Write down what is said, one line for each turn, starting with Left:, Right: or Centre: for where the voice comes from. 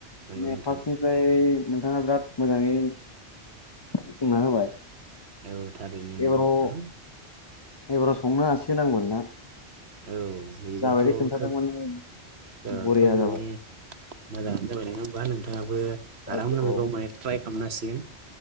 Right: नंगौ
Left: दिनै
Right: नोंथां
Left: फार्स्टनिफ्राय नोंथाङा बिराद मोजाङै बुंना होबाय
Right: औ थारैनो नोंगौ
Left: एबाराव
Right: नोंथां
Left: एबाराव संनो हासिगोन आंबो नोंथां
Right: औ बिदिबाथ'
Left: जाबायदि खोन्थादों
Right: खोब
Left: माने
Right: ओ
Left: बरिया
Right: खोब माने
Left: जाबाय
Right: मोजाङानो जाबाय नङा होमबा नोंथाङाबो
Left: औ
Right: आरामनो
Left: औ
Right: बेखौ माने ट्राइ खालामनो हास सिगोन